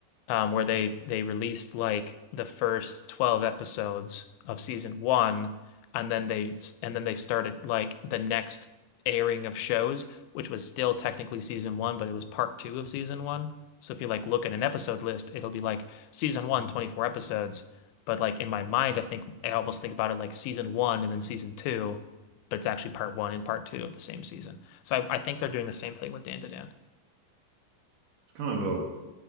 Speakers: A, on the left (about 90°); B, on the right (about 65°).
A: um, where they they released like the first 12 episodes of season one and then they and then they started like the next airing of shows which was still technically season one but it was part two of season one so if you like look at an episode list it'll be like season one, 24 episodes but like in my mind I think I almost think about it like season one and then season two but it's actually part one and part two of the same season so I, I think they're doing the same thing with Dan to Dan
B: It's kind of